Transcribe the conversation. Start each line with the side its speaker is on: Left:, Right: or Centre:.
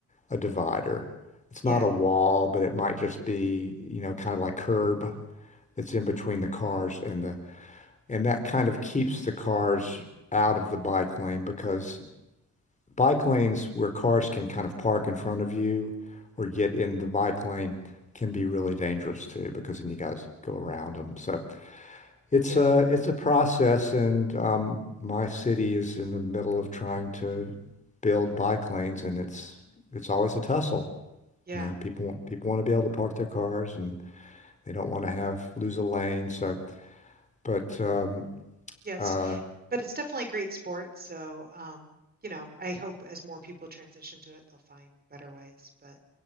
Left: a divider. It's
Right: Yeah,
Left: not a wall, but it might just be, you know, kind of like curb that's in between the cars and the and that kind of keeps the cars out of the bike lane because bike lanes where cars can kind of park in front of you or get in the bike lane can be really dangerous too, because then you got to go around them. So it's
Right: yeah,
Left: a it's a process, and um, my city is in the middle of trying to build bike lanes, and it's it's always a tussle.
Right: yeah,
Left: You know, people want people want to be able to park their cars, and they don't want to have lose a lane. So, but um,
Right: yeah. It's
Left: uh,
Right: but it's definitely a great sport. So, um, you know, I hope as more people transition to it, they'll find better ways. But,